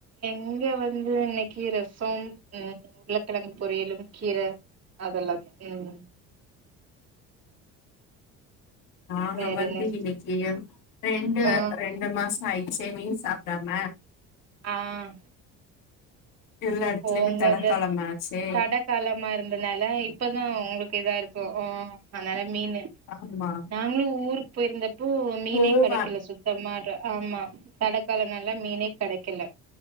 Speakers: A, on the right; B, on the left.
A: இங்க வந்து இன்னிக்கு ரசோம் உம் உருளகிலங்கு பொரிலு கீரை அதெலா தா உம்
B: நாங்க
A: வேற
B: வந்து
A: என்ன ஸ்
B: இன்னைக்கு ரெண்டு-ரெண்டு
A: ஆ
B: மாசோ ஆய் செரி மீனு சாப்டாம
A: ஆஹ்
B: எல்லா எடத்துலயுமே
A: ஓங்களு
B: தடக்காளம் ஆச்சே
A: தட காலமா இருந்தனால இப்பதா உங்களு இங்கதா இருக்கு ம் அதனால மீனு
B: ஆமா
A: நாங்களும் ஊரு பேயிருந்தப் அப்போ மீனே
B: போவே
A: கடைக்கல சுத்தமா ஆமா தடைக்காலம் நல்லா மீனே கிடைக்கல